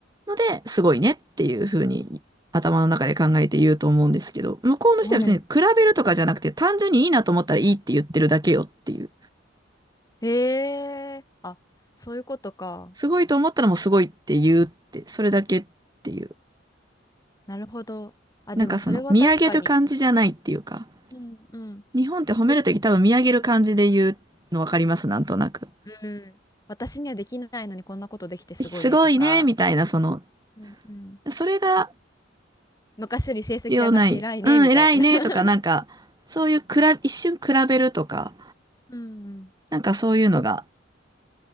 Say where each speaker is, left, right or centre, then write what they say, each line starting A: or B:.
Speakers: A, on the right (about 20°); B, on the left (about 20°).
A: ので、すごいねっていうふうに頭の中で考えて言うと思うんですけど、向こうの人は別に比べるとかじゃなくて、
B: はい
A: 単純にいいなと思ったらいいって言ってるだけよっていう。
B: へえあそういうことか
A: すごいと思ったらもうすごいって言うって、それだけっていう。
B: なるほど。あ、
A: なんかその、
B: でもそれは確かに。
A: 見上げる感じじゃないっていうか、
B: うんうん。
A: 日本って褒めるとき多分見上げる感じで言うのわかりますなんとなく。
B: 別、うん。私にはできないのにこんなことできてすごいねとか、
A: すごいね、みたいな、その、
B: うんうん。
A: それが
B: 昔より成績上がって偉いねみたいな。
A: 必要ない。うん、偉いね、
B: <laughs>
A: とか、なんか、そういう比べ、一瞬比べるとか、
B: うんうん。
A: なんかそういうのが